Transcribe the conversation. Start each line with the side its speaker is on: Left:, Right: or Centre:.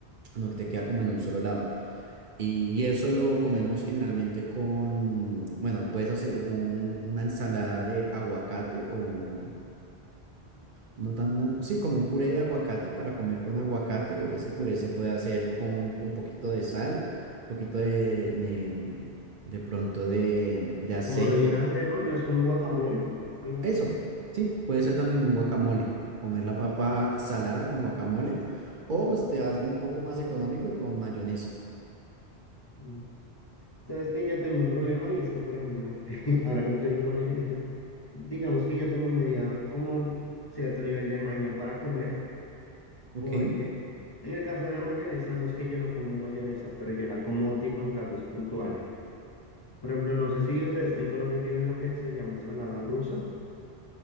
Right: no te queda como en un solo lado. Y, y eso lo comemos generalmente con, bueno, puedes hacer un- una ensalada de aguacate o... No tan, sí, como un puré de aguacate para comer con aguacate. Ese puré se puede hacer con un poquito de sal, un poquito de, de, de pronto de, de aceite.
Left: Como de vinagre, ¿no? No es como un guacamole, digamos.
Right: Eso, sí, puede ser también un guacamole. Comer la papa salada con guacamole. O te hazme un poco más económico y con mayonesa.
Left: Mm. Sabes que yo tengo un problema y es que, por ejemplo, <laughs> ahora que mencionas la mayonesa, digamos que yo tengo media como cierto nivel de maña para comer,
Right: Ok.
Left: porque en el caso de la mayonesa, no es que yo no como mayonesa, pero yo la como tipo en platos puntuales. Por ejemplo, no sé si ustedes en Colombia tienen lo que se llama ensalada rusa,